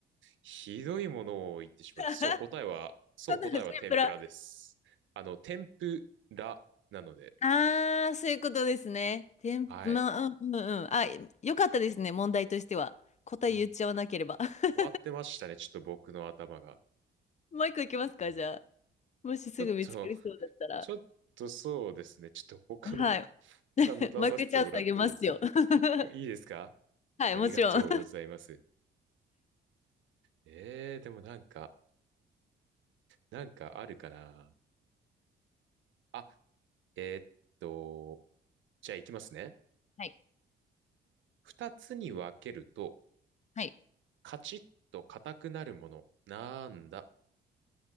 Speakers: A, on the right (about 75°); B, on the left (about 35°).
A: ひどいものを言ってしまった。
B: <laughs>
A: そう、答えは、そう、
B: そんな天のシンプら
A: 答えは天ぷらです。あの、天ぷらなので、
B: ああ、そういうことですね。てん、
A: はい。
B: まあ、うんうんうん。あ、よかったですね、問題としては。答え言っちゃわなければ。
A: うん
B: <laughs>
A: 終わってましたね、ちょっと僕の頭が。
B: もう一個いきますか、
A: うん
B: じゃあ。もしすぐ見つかりそうだったら。
A: ちょっと、ちょっとそうですね。ちょっと他の、
B: はい。<laughs>
A: 他の出させてもらっていいですか
B: マイクチャンスあげますよ。<laughs>
A: いいですか
B: はい、
A: ありがとうございます。
B: もちろん。
A: えー、でもなんか、なんかあるかな。あ、えーっと、じゃあいきますね。
B: はい。
A: 二つに分けると、
B: はい。
A: カチッと硬くなるもの。なんだ。